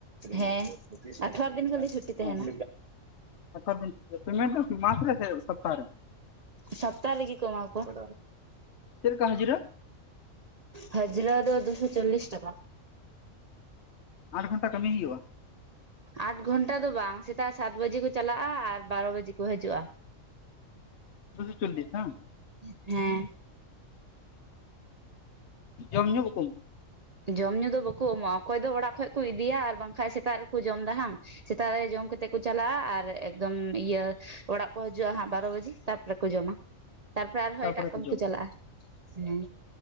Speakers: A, on the right (about 40°); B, on the left (about 60°).
A: ᱦᱮᱸ ᱟᱴᱷᱟᱨ ᱫᱤᱱ ᱠᱷᱟᱹᱞᱤ ᱪᱷᱩ ᱪᱷᱩᱴᱤ ᱛᱟᱦᱮᱱᱟ᱾
B: ᱦᱮᱸ ᱟᱴᱷᱟᱨᱚ ᱫᱤᱱ ᱪᱷᱩᱴᱤ ᱯᱮᱢᱮᱱᱴ ᱫᱚ ᱢᱟᱥ ᱨᱮ ᱥᱮ ᱥᱚᱯᱛᱟᱦᱚ ᱨᱮ
A: ᱥᱟᱛᱴᱟ ᱨᱮᱜᱮ ᱠᱚ ᱮᱢᱟ ᱟᱠᱚᱣᱟ᱾
B: ᱪᱮᱫ ᱞᱮᱠᱟ ᱦᱟᱹᱡᱨᱤ
A: ᱦᱟᱡᱽᱨᱟ ᱫᱚ ᱫᱩᱥᱚ ᱪᱚᱞᱤᱥ ᱴᱟᱠᱟ᱾
B: ᱵᱟᱨ ᱜᱷᱚᱱᱴᱟ ᱠᱟᱹᱢᱤ ᱦᱩᱭᱩᱜᱼᱟ?
A: ᱟᱴ ᱜᱷᱚᱱᱴᱟ ᱫᱚ ᱵᱟᱝ ᱥᱮᱛᱟᱜ ᱥᱟᱛ ᱵᱟᱡᱮ ᱠᱚ ᱪᱟᱞᱟᱜᱼᱟ ᱟᱨ ᱵᱟᱨᱚ ᱵᱟᱡᱮ ᱠᱚ ᱦᱤᱡᱩᱜᱼᱟ᱾
B: ᱫᱩᱥᱚ ᱪᱩᱞᱤᱥ ᱵᱟᱝ᱾
A: ᱦᱮᱸ᱾
B: ᱡᱚᱢ ᱧᱩ ᱵᱟᱠᱚᱢ
A: ᱡᱚᱢ ᱧᱩ ᱫᱚ ᱵᱟᱠᱚ ᱮᱢᱚᱜᱼᱟ ᱚᱠᱚᱭ ᱫᱚ ᱚᱲᱟᱜ ᱠᱷᱚᱱᱚᱡ ᱠᱚ ᱤᱫᱤᱭᱟ ᱟᱨ ᱵᱟᱝᱠᱷᱟᱱ ᱥᱮᱛᱟᱜ ᱨᱮᱠᱚ ᱡᱚᱢ ᱫᱟ ᱦᱟᱝ᱾ ᱥᱮᱛᱟᱜ ᱨᱮ ᱡᱚᱢ ᱠᱟᱛᱮᱜ ᱠᱚ ᱪᱟᱞᱟᱜᱼᱟ ᱟᱨ ᱮᱠᱫᱚᱢ ᱤᱭᱟᱹ ᱚᱲᱟᱜ ᱠᱚ ᱦᱤᱡᱩᱜᱼᱟ ᱦᱜ ᱵᱟᱨᱚ ᱵᱟᱡᱮ ᱛᱟᱯᱚᱨᱮ ᱠᱚ ᱡᱚᱢᱟ᱾ ᱛᱟᱨᱯᱚᱨᱮ ᱟᱨᱦᱚᱸ
B: ᱛᱟᱯᱚᱨᱮ
A: ᱮᱴᱟᱜ ᱠᱟᱹᱢᱤ
B: ᱛᱚ
A: ᱠᱚ ᱪᱟᱞᱟᱜᱼᱟ ᱦᱮᱸ,